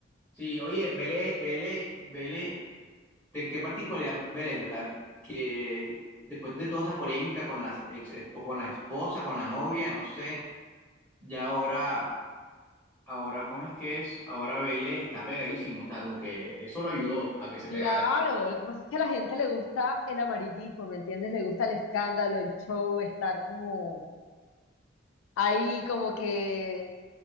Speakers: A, in the centre; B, on the left.
A: Sí, oye, vele, vele, vele. ¿De qué particularidad ve la edad que después de toda esa polémica con las ex- esp- con la esposa, con la novia, no sé, ya ahora, ahora, ¿cómo es que es? Ahora Vélez está pegadísimo, o sea, como que eso lo ayudó a que se
B: claro,
A: pegara.
B: lo que pasa es que a la gente le gusta el amarillismo, ¿me entiendes? Le gusta el escándalo, el show, estar como ahí como que